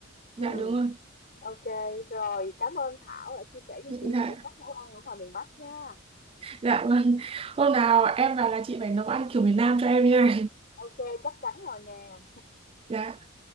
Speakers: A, on the left (about 45°); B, on the right (about 25°).
A: Ừm,
B: dạ đúng rồi
A: OK, rồi, cảm ơn Thảo đã chia sẻ với
B: dạ
A: chị về cái cách nấu ăn ở ngoài miền Bắc nha.
B: dạ vâng hôm nào em vào là chị phải nấu ăn kiểu miền Nam cho em nha
A: OK, chắc chắn rồi nè.
B: dạ